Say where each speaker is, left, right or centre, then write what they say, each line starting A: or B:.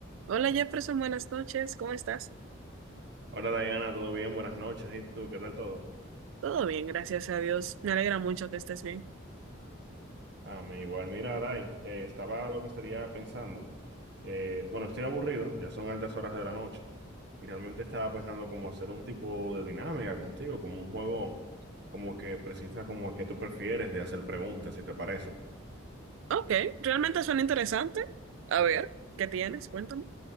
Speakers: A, on the right; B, on the right.
A: Hola Jefferson, buenas noches, ¿cómo estás?
B: Hola Diana, ¿todo bien? Buenas noches. ¿Y tú? ¿Qué tal todo?
A: Todo bien, gracias a Dios. Me alegra mucho que estés bien.
B: Ah, me igual, mira, Dai, eh, estaba lo que estaría pensando. eh, bueno, estoy aburrido, ya son altas horas de la noche. Y realmente estaba pensando como hacer un tipo de dinámica contigo, como un juego como que precisa como que tú prefieres de hacer preguntas, si te parece.
A: Ok, realmente suena interesante. A ver, ¿qué tienes? Cuéntame.